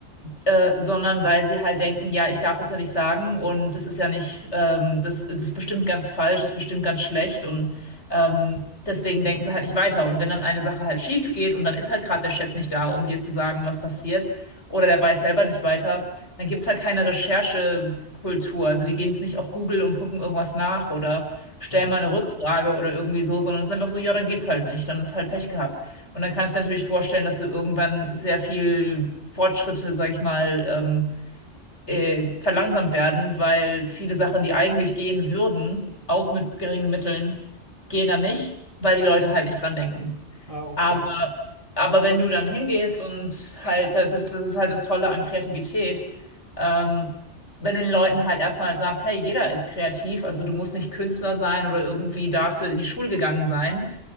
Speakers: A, on the left; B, on the right.
A: äh, sondern weil sie halt denken, ja, ich darf es ja nicht sagen und das ist ja nicht, ähm, das, das ist bestimmt ganz falsch, das ist bestimmt ganz schlecht und ähm, deswegen denken sie halt nicht weiter. Und wenn dann eine Sache halt schief geht und dann ist halt gerade der Chef nicht da, um dir zu sagen, was passiert, oder der weiß selber nicht weiter, dann gibt's halt keine Recherchekultur. Also die gehen jetzt nicht auf Google und gucken irgendwas nach oder stellen
B: ja.
A: mal eine Rückfrage oder irgendwie so, sondern es ist einfach so, ja, dann geht's halt nicht, dann ist halt Pech gehabt. Und dann kannst du dir natürlich vorstellen, dass du irgendwann sehr viel Fortschritte, sag ich mal, ähm, äh, verlangsamt werden, weil viele Sachen, die eigentlich gehen würden, auch mit geringen Mitteln, gehen dann nicht, weil die Leute halt nicht dran denken.
B: Ah, okay.
A: Aber, aber wenn du dann hingehst und halt, äh, das, das ist halt das Tolle an Kreativität, ähm, wenn du den Leuten halt erstmal sagst, hey, jeder ist kreativ, also du musst nicht Künstler sein oder irgendwie dafür in die Schule gegangen sein,